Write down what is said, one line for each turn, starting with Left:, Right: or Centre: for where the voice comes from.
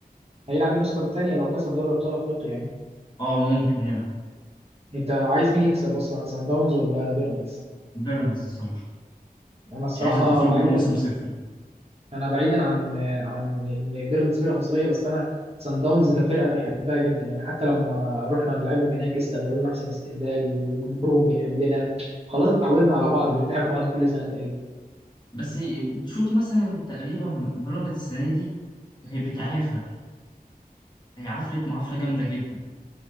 Right: هيلعب النسخة التانية لو كسب دوري ابطال افريقيا يعني
Left: اه ممكن يلعب
Right: انت عايز مين يكسب اصلا سان داونز ولا بيراميدز
Left: بيراميدز الصراحة
Right: انا الصراحة
Left: مش عايزة تخرج
Right: بعيدا
Left: بموسم صفر
Right: انا بعيدا عن عن ان بيراميدز فرقه مصريه بس انا سان داونز كفرقه بحبها جدا يعني حتى لما رحنا نلعبهم هناك استقبلونا احسن استقبال وجمهورهم بيحبنا خلاص اتعودنا على بعض بنلعب بعض كل سنه تقريبا
Left: بس شوف مثلا تقريبا بيراميدز السنه دي هي بتعافر هي عفرت معافره جامده جدا